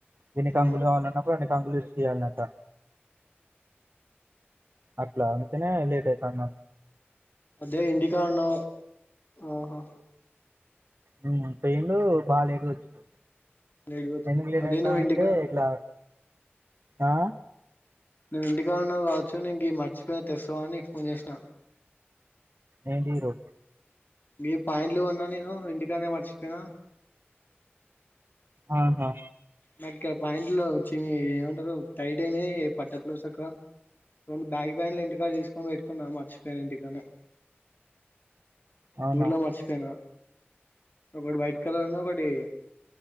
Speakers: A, on the right; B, on the left.
A: ఇన్ని
B: ఆ
A: కంగులు కావలన్నప్పుడు అన్ని కంగలు ఇరిసి ఈయలనట అట్లా అందుకనే లేేట్ అయితండి
B: అదే ఇంటికాడనఊ ఆహా
A: హు ట్రైను బాగా లేట్ వచ్చింది
B: లేట్ గా వచ్చిందా
A: ఎందుకు లేట్
B: అదే
A: అయింది
B: నువ్వు
A: అంటే
B: ఇంటికా
A: ఇట్లా అహా
B: నువ్వు ఇంటికాడ ఉన్నావు కావచ్చు నెను నేను గీయి మర్చిపోయిన తెస్తావు కవచు అని నీకు ఫోన్ చేసినా
A: ఏంటి రో
B: గీ పాయింట్లు కొన్నా నేను ఇంటికానే మర్చిపోయినా
A: ఆహా
B: నాకు ఇక్కడ పాయింట్లు చీ ఏమంటారు టైట్ అయినయ్ పట్టట్లేవు సక్కగా రెండు బ్యాగి పాయింట్లు ఇంటికాడ తీసుకొని పెట్టుకున్నా మర్చిపోయిన ఇంటికానే
A: అవునా
B: ఊర్లా మర్చిపోయిన ఒకటి వైట్ కలర్ను ఒకటి